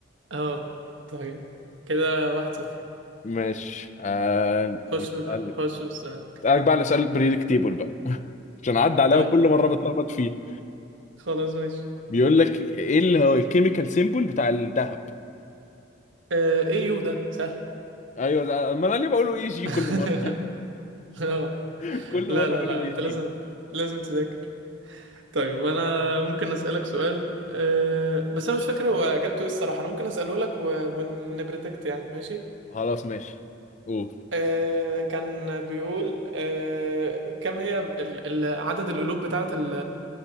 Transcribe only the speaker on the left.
<laughs> ماشي آه...
نسألك
اسالك بقى على سؤال بريدكتيبل بقى <laughs> عشان عدى عليا
وكل مره بتلخبط فيه
بيقول لك ايه اللي هو الكيميكال سيمبل بتاع الذهب
ايوه ده- ما انا ليه بقوله اي جي
كل مره
<laughs> كل
مره
بقوله
اي
جي
خلاص ماشي قول